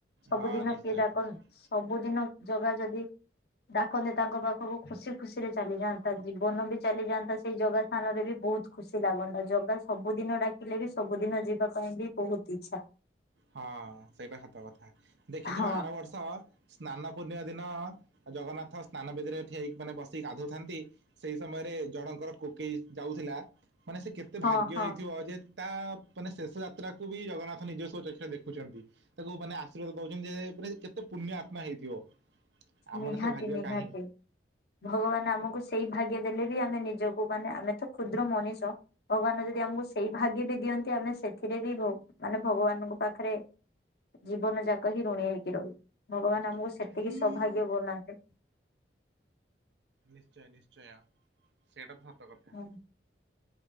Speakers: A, on the left; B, on the right.
A: ସବୁଦିନ
B: ହଁ ନିଶ୍ଚୟ
A: କିଏ ଡାକନ୍।
B: ନିଶ୍ଚୟ
A: ସବୁଦିନ ଜଗା ଯଦି ଡାକନ୍ତି ତାଙ୍କ ପାଖକୁ ଖୁସି ଖୁସିରେ ଚାଲିଯାନ୍ତା ଜୀବନ ବି ଚାଲିଯାନ୍ତା ସେଇ ଜଗା ସ୍ଥାନରେ ବି ବହୁତ୍ ଖୁସି ଲାଗନ୍ତା ଜଗା ସବୁଦିନ ଡା କିଲେ ବି ସବୁଦିନ ଯିବା ପାଇଁ ବି ବହୁତ ଇଛା।
B: ହଁ ସେଇଟା ସତ କଥା ଦେଖିଥିବ
A: ହଁ
B: ଆର ବର୍ଷ। ସ୍ନାନ ପୂର୍ଣ୍ଣିମା ଦିନ ଜଗନ୍ନାଥ ସ୍ନାନ ବେଦିରେ ଠିଆ ହେଇକ୍ ମାନେ ବସିକି ଗାଧଉଥାନ୍ତି। ସେଇ ସମୟରେ ଜଣଙ୍କର କୋକେଇ ଯାଉଥିଲା ମାନେ ସେ କେ ତେ
A: ହଁ
B: ଭାଗ୍ୟ
A: ହଁ
B: ହେଇଥିବ ଯେ ତା ମାନେ ଶେଷ ଯାତ୍ରାକୁୁ ବି ଜଗନ୍ନାଥ ନିଜସ୍ୱ ଚ ଦେଖୁଛନ୍ତି ତାକୁ ମାନେ ଆଶୀର୍ବାଦ ଦଉଛନ୍ତି ଯେ ମାନ କେତେ ପୁଣ୍ୟ ଆତ୍ମା ହେଇଥିବ। ଆମର
A: ନିହାତି
B: ସେ ଭାଗ୍ୟ
A: ନିହାତି
B: କାହିଁ?
A: ଭଗବାନ ଆମକୁ ସେଇ ଭାଗ୍ୟ ଦେଲେ ବି ଆମେ ନିଜକୁ ମାନେ ଆମେ ତ କ୍ଷୁଦ୍ର ମଣିଷ ଭଗବାନ ଯଦି ଆମକୁ ସେଇ ଭାଗ୍ୟ ବି ଦିଅନ୍ତି ଆମେ ସେଥିରେ ବି ଭ ମାନେ ଭଗବାନଙ୍କ ପାଖରେ ଜୀବନ ଯାକ ହି ଋଣୀ ହେଇକି ରହିବୁ ଭଗବାନ
B: ନିଶ୍ଚୟ
A: ଆମକୁ
B: ନିଶ୍ଚୟ
A: ସେତିକି ସୌଭାଗ୍ୟ ବନାନ୍ତେ
B: ନିଶ୍ଚୟ ନିଶ୍ଚୟ। ସେଇଟା ତ ହତ କଥା।
A: ହଁ